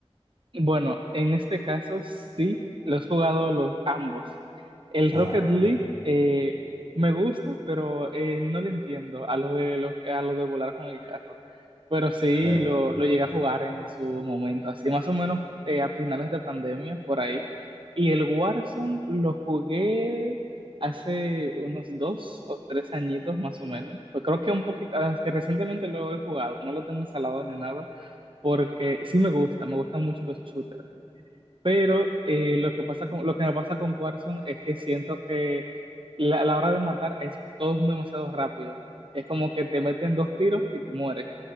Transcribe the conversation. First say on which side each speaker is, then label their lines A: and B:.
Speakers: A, on the right (about 50°); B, on the right (about 80°).
A: Bueno, en este caso sí, los he jugado los ambos. El
B: Ajá,
A: Rocket League eh, me gusta, pero eh, no le entiendo a lo de los- a lo de volar con el carro. Pero sí
B: claro.
A: lo,
B: <laughs>
A: lo llegué a jugar en su momento, así más o menos eh, a finales de pandemia, por ahí. Y el Warzone lo jugué hace unos dos o tres añitos más o menos. Pues creo que un poquito, ah, es que recientemente lo he jugado, no lo tengo instalado ni nada porque sí me gusta, me gustan mucho los shooters, pero eh, lo que pasa con, lo que me pasa con Warzone es que siento que la, a la hora de matar es todo es demasiado rápido. Es como que te meten dos tiros y te mueres.